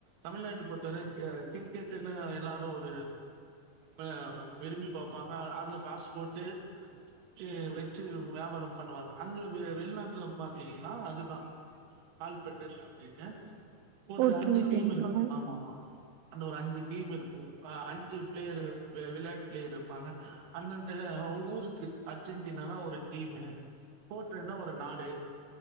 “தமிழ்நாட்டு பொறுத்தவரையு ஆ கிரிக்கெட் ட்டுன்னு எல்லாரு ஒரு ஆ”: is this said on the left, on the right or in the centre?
Right